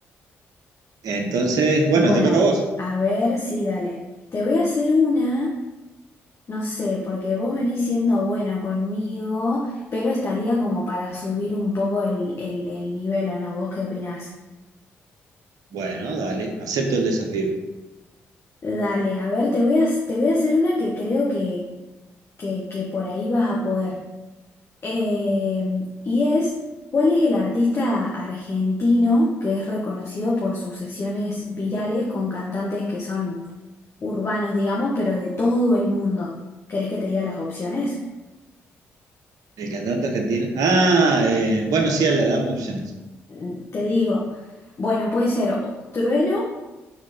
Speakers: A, on the right; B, on the left.
A: Entonces, bueno,
B: Bueno,
A: te toca a vos.
B: a ver si dale. Te voy a hacer una, no sé, porque vos venís siendo bueno conmigo, pero estaría como para subir un poco el, el, el nivel, ¿o no? ¿Vos qué opinás?
A: Bueno, dale, acepto el desafío.
B: Dale, a ver, te voy a, te voy a hacer una que creo que, que, que por ahí vas a poder. Eh, y es, ¿cuál es el artista argentino que es reconocido por sus sesiones virales con cantantes que son urbanos, digamos, pero de todo el mundo. ¿Querés que te diga las opciones?
A: El cantante argentino. Ah, eh, bueno, sí, le damos opciones.
B: Mm, Te digo, bueno, puede ser o- Trueno,